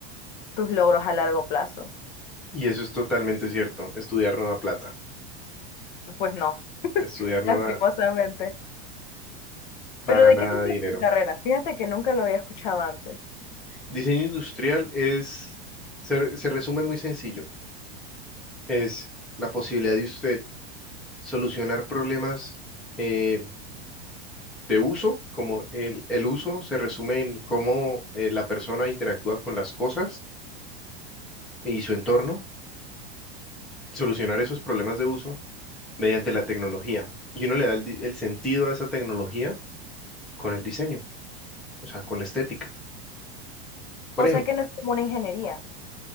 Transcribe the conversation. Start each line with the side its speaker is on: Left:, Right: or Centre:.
Left: tus logros a largo plazo.
Centre: Y eso es totalmente cierto, estudiar no da plata.
Left: Y Pues no, <laughs>
Centre: Estudiar no
Left: lastimosamente.
Centre: da para
Left: Pero ¿de
Centre: nada
Left: qué se trata
Centre: dinero.
Left: tu carrera? Fíjate que nunca lo había escuchado antes.
Centre: Diseño industrial es, se, re- se resume muy sencillo. Es la posibilidad de usted solucionar problemas eh, de uso, como el, el uso se resume en cómo eh, la persona interactúa con las cosas y su entorno, solucionar esos problemas de uso mediante la tecnología. Y uno le da el, di- el sentido a esa tecnología con el diseño, o sea, con la estética. Por
Left: O
Centre: ejemplo,
Left: sea que no es como una ingeniería.